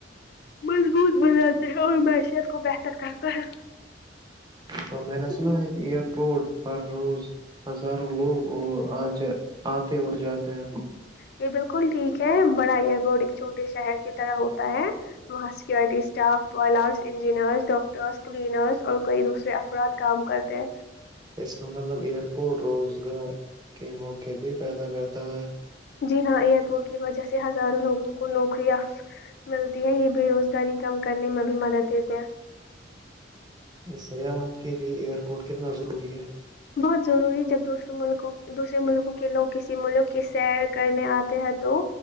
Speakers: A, on the left; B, on the right.
A: مضبوط بنلتے ہیں اور معیشیت کو بہتر کرتا ہے
B: ہ میں نے سنا ہے کہ ایئرپورٹ ہر روز ہزاروں لوگ وہ آ ج آتے اور جاتے ہیں
A: یہ بالکل ٹھیک ہے بڑا ایئر بورٹ ایک چھوے شہر کی طرح ہو ہے وہاں سکورٹی اسٹاف وائل آرٹس انجینئر ڈاکٹر رس کلینرس اور کئی دوسرے افراد کام کرتے
B: اس کا مطلب ایئر پورٹ روزگار کے موقعے بھی پیدا کرتا ہے
A: جی ہاں ایئر پورٹ کی وجہ سے ہزاروں لوگوں کو نوکریاں ملتی ہے یہ بے روزگاری کم کرنے میں بھی مدد دیتے ہیں
B: سیا آپ کے لیے ایئرپورٹ کتنا ضروری ہے
A: بہت ضروری جب دوسرے ملکوں دوسرے ملکوں کے لوگ کسی ملک کی سیر کرنے آتے ہیں تو